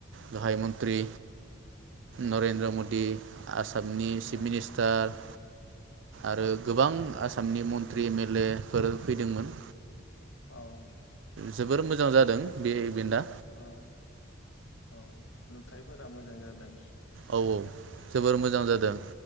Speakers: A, on the right; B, on the left.
A: गाहाय मन्त्रि नरेन्द्र मदि आसाम आसामनि चिफ
B: औ
A: मिनिस्टार आरो गोबां आसामनि मन्त्रि एम एल ए फोर फैदोंमोन।
B: औ
A: जोबोर मोजां जादों बे इभेनदा।
B: औ औ नुथायफोरा मोजां जादों।
A: औ जोबोर मोजां
B: औ
A: जादों